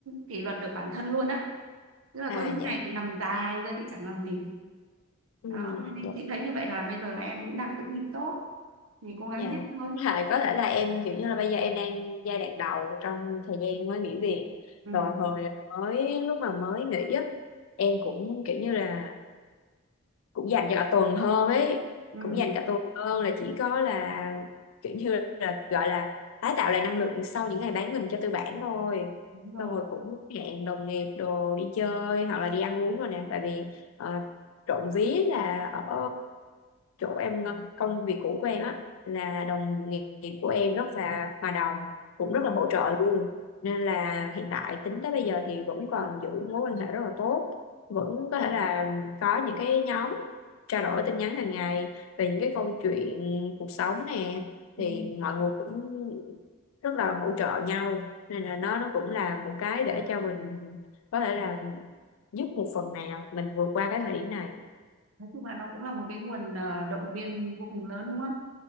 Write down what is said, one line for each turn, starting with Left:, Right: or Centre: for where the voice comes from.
Right: kỷ luật được bản thân luôn á tức là
Left: à
Right: có những
Left: dạ
Right: ngày thì nằm dài ra chị chẳng làm gì
Left: Ừ.
Right: đó nên, nên
Left: Dạ.
Right: chị thấy như vậy là bây giờ là em cũng đang giữ nhịp tốt thì cố gắng
Left: dạ
Right: tiếp thôi
Left: Lại có thể là em kiểu như là bây giờ em đang giai đoạn đầu trong thời gian mới nghỉ việc
Right: ừ
Left: rồi hồi mới lúc mà mới nghỉ á em cũng kiểu như là cũng dành cho cả tuần hơn ấy
Right: ừ
Left: cũng dành cả tuần hơn là chỉ có là kiểu như là gọi là tái tạo lại năng lượng sau những ngày bán mình cho tư bản thôi
Right: đúng rồi
Left: xong rồi cũng hẹn đồng nghiệp đồ đi chơi hoặc là đi ăn uống rồi nè tại vì ờ, trộm vía là ở chỗ em ờ, công việc cũ của em á là đồng nghiệp của em rất là hòa đồng cũng
Right: ừ,
Left: rất là hỗ trợ luôn nên là hiện tại tính tới bây giờ thì vẫn còn giữ mối quan hệ rất là tốt vẫn có thể là có những cái nhóm trao đổi tin nhắn hàng ngày về những cái câu chuyện cuộc sống nè
Right: ừ.
Left: thì mọi người cũng rất là hỗ trợ nhau nên là nó nó cũng là một cái để cho mình có thể là giúp một phần nào mình vượt qua cái thời điểm này
Right: nói chung là nó cũng là một cái nguồn ờ, động viên vô cùng lớn đúng không